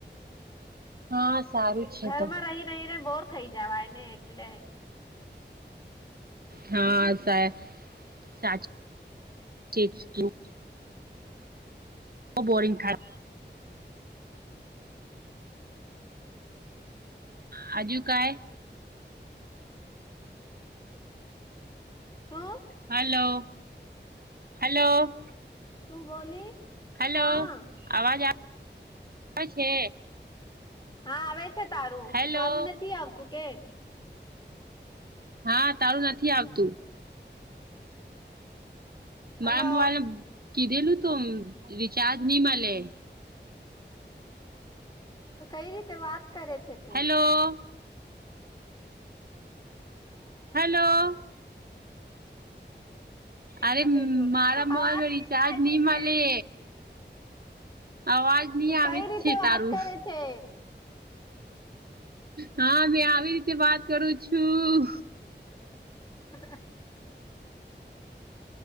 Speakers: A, on the right; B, on the left.
A: હા સારું. છે
B: ઘરમાં
A: તો
B: રહી રહીને બોર થઈ જવાયને એટલે.
A: હા સા સાચ <unintelligible> બોરિગ થાય. હજુ કાય.
B: શું?
A: Hello hello.
B: તું બોલી?
A: હેલો
B: હા.
A: આવાજ આવે છે?
B: હા આવે છે તારું
A: હેલો
B: મારું નથી આવતું કે?
A: હા તારું નથી આવતું, મારા
B: હલો.
A: મોબાઈલ કીધેલું તો રિચાર્જ નહી મળે.
B: તો કઈ રીતે વાત કરે છે? તું?
A: હેલો! હલો,
B: કિતના
A: અરે
B: તેજ બોલું
A: મારા
B: આવાજ
A: મોબાઈલ નો
B: નહીં
A: રિચાર્જ
B: જાય
A: નઈ
B: છે
A: મળે.
B: કે?
A: અવાજ ની
B: તું
A: આવે
B: કઈ રીતે
A: છે
B: વાત
A: તારું
B: કરે છે?
A: હા મેં આવી રીતે વાત કરું છું.
B: હ